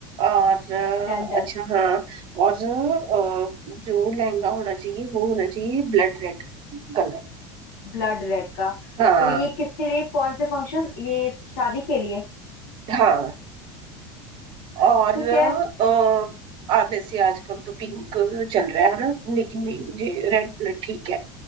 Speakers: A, on the right; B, on the left.
A: और अ,
B: Done done
A: अच्छा हाँ और अ, जो लहंगा होना चाहिए वो होना चाहिए ब्लड रेड कलर
B: ब्लड रेड का
A: हाँ
B: तो ये किसके लिए कौन से फंक्शन ये शादी के लिए
A: हाँ और
B: ठीक
A: अ,
B: है
A: आ, वैसे आजकल तो पिंक चल रहा है ना लेकिन नहीं मुझे रेड ब्लड ठीक है